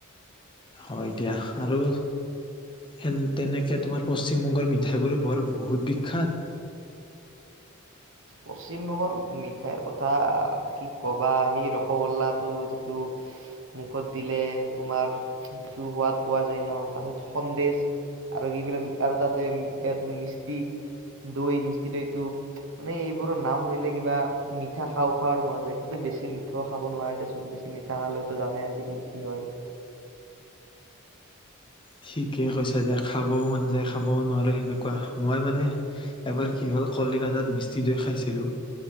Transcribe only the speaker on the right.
পশ্চিমবংগৰ মিঠাইৰ কথা কি ক'বা সেই ৰসগোল্লাটো যিটো মুখত দিলে তোমাৰ যিটো সোৱাদ পোৱা যায় ন, তাৰপিছত সন্দেহ আৰু কি বিৰণ আৰু তাতে এইটো মিষ্টি দৈ মিষ্টি দৈটো মানে এইবোৰৰ নাম শুনিলে কিবা মিঠা খাওঁ খাও আৰু মন যায় কিন্তু বেছি মিঠাও খাব নোৱাৰে দেচোন, বেছি মিঠ মিঠা খেলটো জনাই আজিকালি কি হয়।